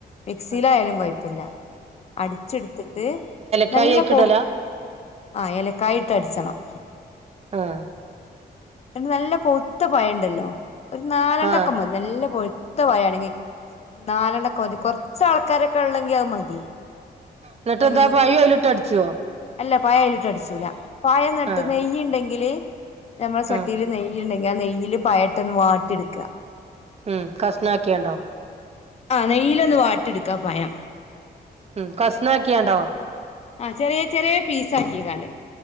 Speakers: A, on the left (about 40°); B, on the right (about 40°).
A: മിക്സിയിലയാലും
B: ആഹ്
A: കൊഴപ്പല്ല അടിച്ചെടുത്തിട്ട്
B: ക്കായി
A: നല്ല
B: അയ്ക്ക്
A: പോ
B: ഇടലാ.
A: ആ ഏലക്കായിട്ട് അടിച്ചണം.
B: ആഹ്
A: <unintelligible> നല്ല പൊവ്ത്ത പഴണ്ടല്ലോ ഒരു നാലെണ്ണൊക്കെ
B: ആഹ്
A: മതി നല്ല പൊഴ് ത്ത പഴാണെങ്കിൽ നാലെണ്ണക്കെ മതി കൊർച്ച് ആൾക്കാരൊക്കെ ഉള്ളെങ്കി ആത് മതി.
B: ന്നിട്ടെന്താ
A: അത്
B: പയും അയിലിട്ട് അടിച്ചോ.
A: അല്ല പയഅയിലിട്ട് അടിച്ചൂല പയന്ന്ട്ട്
B: ആഹ്
A: നെയ്യുണ്ടെങ്കില് നമ്മളെ ചട്ടിയില്
B: ആഹ്
A: നെയ്യ്ണ്ടെങ്കി ആ നെയ്യില് പയട്ടൊന്ന് വാട്ടി ഇട്ക്കാ
B: ഉം കഷ്ണാക്കിയാണ്ടോ?
A: ആ നെയ്യിലൊന്ന് വാട്ടിടുക്കാ പയം.
B: ഉം കസ്നാക്കിയാണ്ടോ?
A: ആ ചെറിയ ചെറിയ പീസ് ആക്കി കാണ്ട്.